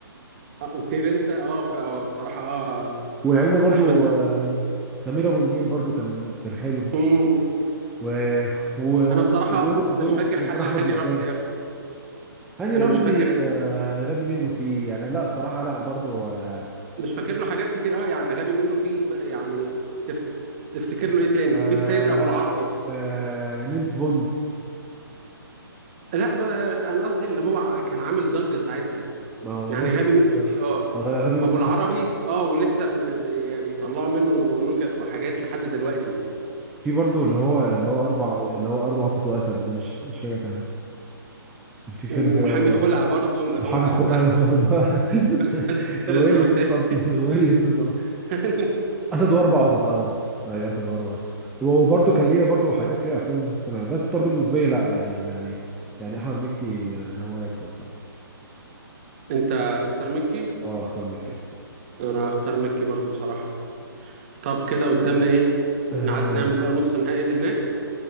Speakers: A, on the right; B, in the centre.
A: آه وطير انت اه ف- هو بصراحه اه
B: والعلم برضو
A: احمد
B: آه سمير ابو النيل برضو كان كان حلو
A: مم.
B: و... و...
A: انا بصراحه
B: ودوره
A: مش
B: دوره
A: فاكر
B: في مرجان
A: حاجه
B: احمد
A: لهاني
B: مرجان
A: رمزي قوي
B: هاني
A: انا
B: رمزي
A: مش فاكر
B: آه غبي منه فيه يعني لا الصراحة لا برضو آه
A: مش فاكر له حاجات كتير اه يعني غبي منه في بقى- يعني تف... تفتكر له ايه تاني
B: آه
A: في السيد ابو العربي
B: آه نيمس بوند
A: لا بقى انا قصدي اللي هو ع- كان عامل ضجه ساعتها
B: ما هو
A: يعني
B: نمسك
A: غبي
B: برضه
A: منه
B: ده
A: فيه اه
B: غبي غبي
A: وابو
B: منه
A: العربي
B: في
A: اه ولسه ب... ب... يعني بيطلعوا منه نكت وحاجات لحد دلوقتي
B: في برضه اللي هو اللي هو اربع اللي هو اربع قطط واسد ده مش مش فاكر كان كان في فيلم
A: ومحامي
B: كده اربع
A: خلع برضه اللي
B: محامي
A: هو انا
B: خلع ده برضه
A: <laughs> بدر
B: <laughs> هو
A: النواسير
B: ايه اللي 2 سم <laughs> هو ايه اللي 2 سم
A: <laughs>
B: اسد واربع قطط اه اي اسد واربع قطط وبرضه كان ليه برضه حاجات كده افلام ثانويه بس برضه بالنسبه لي لا يعني يعني يعني احمد مكي يعني هو هيكسب الصراحه
A: انت هتختار مكي
B: اه اختار مكي اصلا
A: انا هختار مكي برضو بصراحة طب كده قدامنا ايه
B: اه
A: نعد نعمل بقى نص النهائي اللي هناك